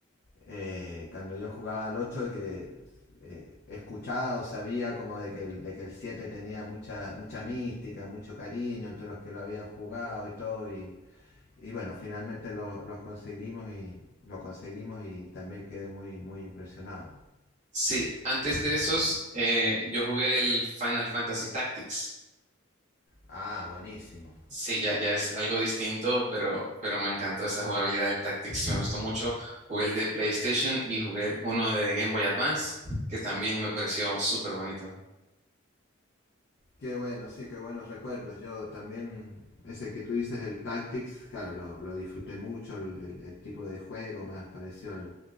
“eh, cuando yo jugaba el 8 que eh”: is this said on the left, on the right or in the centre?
Left